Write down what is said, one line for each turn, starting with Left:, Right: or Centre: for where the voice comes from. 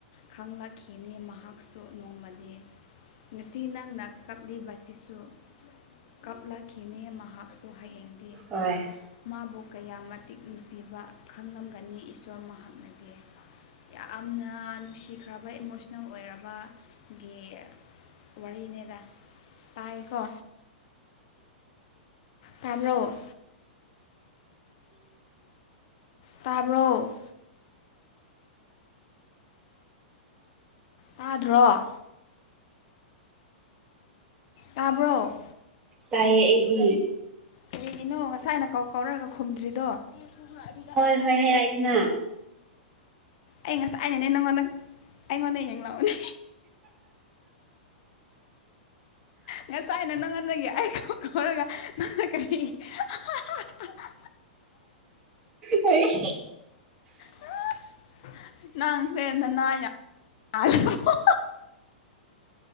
Left: ꯈꯪꯂꯛꯈꯤꯅꯤ ꯃꯍꯥꯛ ꯃꯍꯥꯛꯁꯨ ꯅꯣꯡꯃꯗꯤ ꯉꯁꯤ ꯅꯪꯅ ꯀꯞꯂꯤꯕꯁꯤꯁꯨ ꯀꯞꯂꯛꯈꯤ ꯃꯍꯥꯛꯁꯨ ꯍꯌꯦꯡꯗꯤ
Right: ꯍꯣꯢ
Left: ꯃꯥꯕꯨ ꯀꯌꯥ ꯃꯇꯤꯛ ꯅꯨꯡꯁꯤꯕ ꯈꯪꯂꯝꯒꯅꯤ ꯏꯁꯣꯔ ꯃꯍꯥꯛꯅꯗꯤ ꯌꯥꯝꯅ ꯅꯨꯡꯁꯤꯈ꯭ꯔꯕ ꯏꯃꯣꯁꯅꯦꯜ ꯑꯣꯏꯔꯕ ꯒꯤ ꯋꯥꯔꯤꯅꯦꯗꯥꯏ ꯇꯥꯏꯀꯣ ꯇꯥꯕ꯭ꯔꯣ ꯇꯥꯕ꯭ꯔꯣ ꯇꯥꯗ꯭ꯔꯣ ꯇꯥꯕ꯭ꯔꯣ
Right: ꯇꯥꯏꯌꯦ ꯑꯩꯗꯤ
Left: ꯀꯔꯤꯒꯤꯅꯣ ꯉꯁꯥꯏꯅ ꯀꯧ ꯀꯧꯔꯒ ꯈꯨꯝꯗ꯭ꯔꯤꯗꯣ <unintelligible>
Right: ꯍꯣꯏ ꯍꯣꯏ ꯍꯥꯏꯔꯛꯑꯦꯗꯅ
Left: ꯑꯩ ꯉꯁꯥꯏꯅꯅꯦ ꯅꯪꯉꯣꯟꯗ ꯑꯩꯉꯣꯟꯗ ꯌꯦꯡꯂꯛꯑꯣꯅꯦ ꯉꯁꯥꯏꯅ ꯅꯪꯉꯟꯗꯒꯤ ꯑꯩ ꯀꯧ ꯀꯧꯔꯒ ꯅꯪꯅ ꯀꯔꯤ ꯍꯥ ꯍꯥ ꯍꯥ <unintelligible>
Right: ꯍ ꯑꯩ
Left: ꯍꯍ ꯅꯪꯁꯦ ꯅꯅꯥ ꯌꯥꯝ <unintelligible>